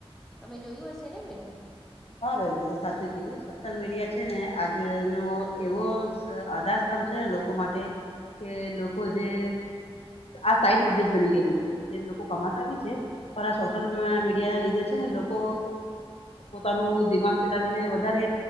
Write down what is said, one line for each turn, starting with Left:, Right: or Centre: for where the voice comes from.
Centre: તમે જોયું હશે ને બેન?
Left: હા બેન તમે સાચું કીધું. સોશિયલ મીડિયા છે ને આજ ન એવો આધાર સ્તંભ છે ને લોકો માટે કે લોકો જે આ સાઈડ વિનેસ બની ગયેલું છે જેમ લોકો કમાતા છે. પણ આ સોશિયલ મીડિયા ના લીધે છે ને લોકો પોતાનું દિમાગ ચલાવીને વધારે